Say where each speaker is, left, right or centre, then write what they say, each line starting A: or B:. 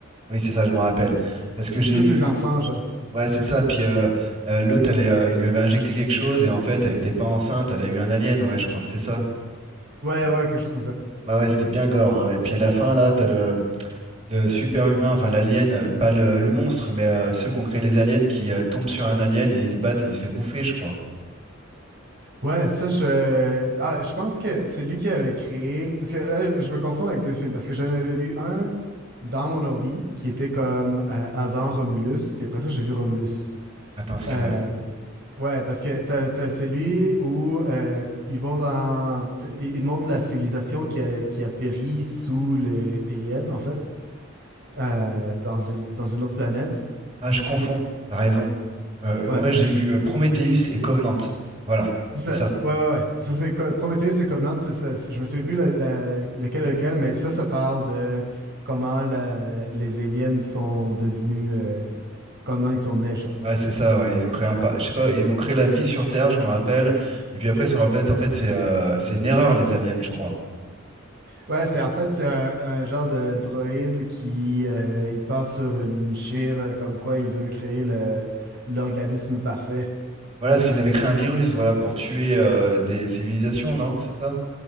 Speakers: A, on the right; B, on the right.
A: Oui, c'est ça, je m'en rappelle. Parce que
B: Et
A: j'ai
B: c'est tous
A: vu.
B: des enfants, genre.
A: Ouais, c'est ça. Puis euh, euh, l'autre, elle est, euh, il lui avait injecté quelque chose et en fait, elle était pas enceinte. Elle a eu un alien. Ouais, je crois que c'est ça.
B: Ouais,
A: Et-
B: ouais, quelque chose comme ça.
A: Ouais, ouais, c'était bien gore. hein, ouais. Puis à la fin, là, t'as le, le super-humain, enfin l'alien, euh, pas le, le monstre, mais euh, ceux qui ont créé les aliens qui euh, tombent sur un alien et ils se battent et il se fait bouffer, je crois.
B: Ouais, ça, je. Ah, je pense que c'est lui qui avait créé. Parce que là, je me confonds avec deux films. Parce que j'en avais vu un dans mon ordi qui était comme euh, avant Romulus. Puis après ça, j'ai vu Romulus.
A: Attends, est-ce que
B: Euh,
A: ouais.
B: Ouais, parce que t'as, t'as celui où euh, ils vont dans. t- Ils montrent la civilisation qui a, qui a péri sous les aliens, en fait, euh, dans une, dans une autre planète.
A: Ah, je confonds. T'as raison. Euh,
B: Ouais.
A: moi, j'ai vu euh, Prometheus et Covenant. Voilà,
B: C'est ça.
A: c'est ça.
B: Ouais, ouais, ouais. Ça, c'est Co- Prometheus et Covenant, c'est ça. C'est- Je me souviens plus la- la- lequel est lequel, mais ça, ça parle de comment la- les aliens sont devenus, euh, comment ils sont nés, genre.
A: Ouais, c'est ça, ouais. Ils ont créé un par- je sais pas, ils ont créé la vie sur Terre, je me rappelle. Et puis après, sur leur planète, en fait, c'est euh, c'est une erreur, les aliens, je crois.
B: Ouais, c'est en fait, c'est un, un genre de droïde qui euh, il part sur une chire euh, comme quoi il veut créer le- l'organisme parfait.
A: Voilà, parce qu'ils avaient créé un virus, voilà, pour tuer euh, des civilisations, non? C'est ça?